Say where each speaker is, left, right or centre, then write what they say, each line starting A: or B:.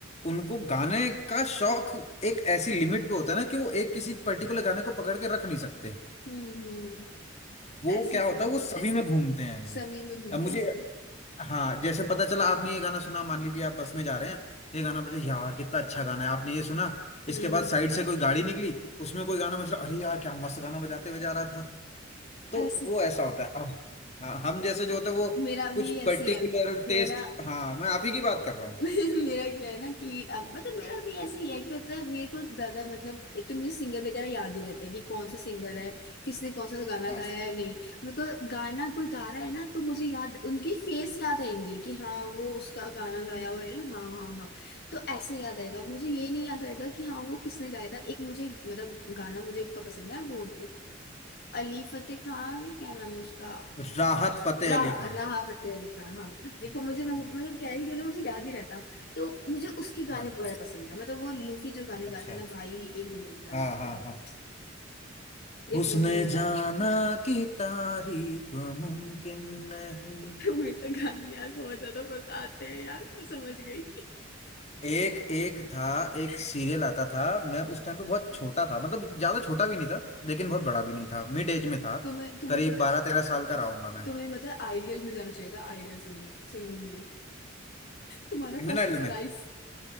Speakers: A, on the left; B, on the left.
A: उनको गाने का शौक एक ऐसी लिमिट पे होता है ना कि वो एक किसी पर्टिकुलर गाने को पकड़ के रख नहीं सकते
B: हम्म हम्म
A: वो
B: ऐसी
A: क्या
B: सोच।
A: होता है वो सभी में घूमते हैं वो
B: सभी में घूमते
A: अब मुझे
B: हैं
A: हाँ जैसे पता चला आपने ये गाना सुना मान लीजिए आप बस में जा रहे हैं तो ये गाना बजा यार कितना अच्छा गाना है आपने ये सुना इसके
B: हम्म
A: बाद साइड से कोई गाड़ी निकली उसमें कोई गाना बज रहा अरे यार क्या मस्त गाना बजाते हुए जा रहा था तो
B: ऐसे
A: वो ऐसा होता है अब हाँ हम जैसे जो होता है वो
B: मेरा
A: कुछ
B: भी ऐसी
A: पर्टिकुलर
B: है
A: टेस्ट
B: मेरा
A: हाँ मैं आप
B: <laughs>
A: ही की बात कर रहा हूँ
B: मेरा क्या है ना कि अब मतलब मेरा भी ऐसे ही है कि मतलब मेरे को ज्यादा मतलब एक तो मुझे सिंगर वगैरह याद ही रहते हैं कि कौन सा सिंगर है किसने कौन सा गाना
A: हाँ
B: गाया है नहीं मेरे को गाना कोई गा रहा है ना तो मुझे याद उनकी फेस याद आएंगे कि हाँ वो उसका गाना गाया हुआ है ना हाँ हाँ हाँ तो ऐसे याद आएगा मुझे ये नहीं याद आएगा कि हाँ वो किसने गाया था एक मुझे मतलब गाना मुझे एक का पसंद है वो अली फतेह खान है, क्या नाम है उसका
A: राहत
B: हम्म,
A: फतेह
B: राह
A: अली खान
B: राह फतेह अली खान हाँ देखो
A: हम्म,
B: मुझे मु-
A: हम्म,
B: मतलब क्या ही ना मुझे याद ही रहता तो मुझे उसके गाने
A: हाँ
B: बड़े पसंद है मतलब वो लूफी जो गाने
A: अच्छा
B: गाते हैं ना भाई एक नंबर के गाने
A: हाँ
B: लगते
A: हाँ
B: हैं मुझे
A: हाँ
B: एक
A: उसने
B: नंबर के
A: जाना
B: गाने
A: कि तारीफ मुमकिन नहीं
B: तुम्हें तो गाने यार बहुत ज्यादा पसंद आते हैं यार मैं समझ गई
A: एक एक था एक सीरियल आता था मैं उस टाइम पे बहुत छोटा था मतलब ज्यादा छोटा भी नहीं था लेकिन बहुत बड़ा भी नहीं था मिड एज में था
B: तुम्हें तुम्हें
A: करीब
B: पता
A: बारह तेरह साल का रहूंगा मैं
B: तुम्हें मतलब आइडियल में जाना चाहिए था आइडियल सिंगिंग सिंगिंग में तुम्हारा
A: इंडियन
B: फर्स्ट
A: आइडल
B: प्राइज
A: में